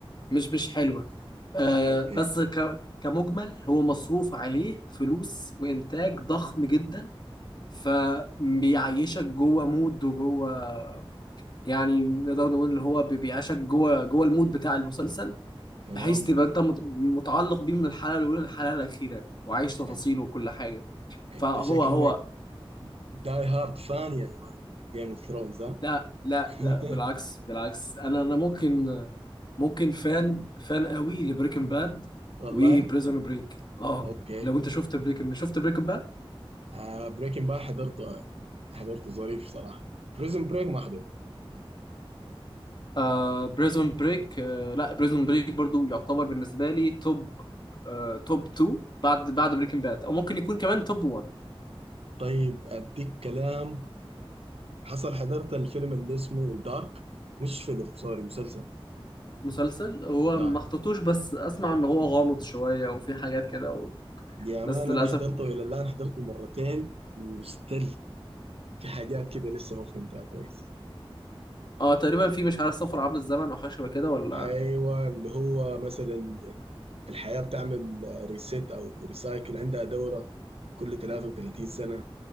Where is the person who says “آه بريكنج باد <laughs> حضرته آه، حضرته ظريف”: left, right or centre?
Right